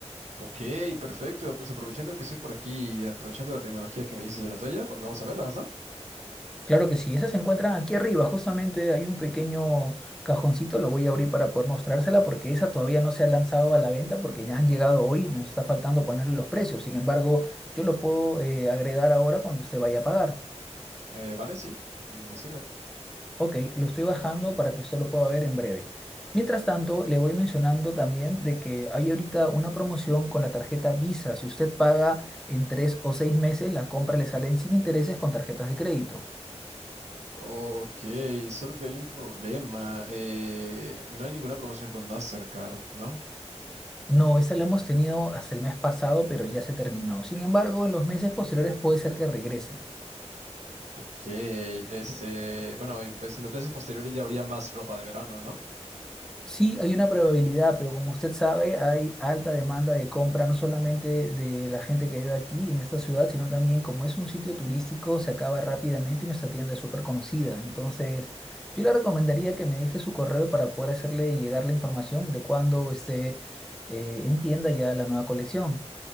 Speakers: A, on the right; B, in the centre.
A: Ok, perfecto. Pues aprovechando que estoy por aquí, aprovechando la tecnología que me dices de la toalla, pues vamos a verlas, ¿no?
B: Claro que sí, esa se encuentra aquí arriba, justamente hay un pequeño cajoncito, lo voy a abrir para poder mostrársela porque esa todavía no se ha lanzado a la venta porque ya han llegado hoy, nos está faltando ponerle los precios, sin embargo, yo lo puedo eh, agregar ahora cuando usted vaya a pagar.
A: Eh, vale, sí, me sirve.
B: Ok, lo estoy bajando para que usted lo pueda ver en breve. Mientras tanto, le voy mencionando también de que hay ahorita una promoción con la tarjeta Visa, si usted paga en tres o seis meses, la compra le sale en sin intereses con tarjetas de crédito.
A: Ok, solo que hay un problema. eh, no hay ninguna promoción con Mastercard, ¿no?
B: No, esa la hemos tenido hasta el mes pasado, pero ya se terminó. Sin embargo, en los meses posteriores puede ser que regresen.
A: Ok, este, bueno, y pues en las veces posteriores ya habría más ropa de verano, ¿no?
B: Sí, hay una probabilidad, pero como usted sabe, hay alta demanda de compra, no solamente de la gente que vive aquí en esta ciudad, sino también como es un sitio turístico, se acaba rápidamente y nuestra tienda es súper conocida. Entonces, yo le recomendaría que me deje su correo para poder hacerle llegar la información de cuándo esté eh, en tienda ya la nueva colección.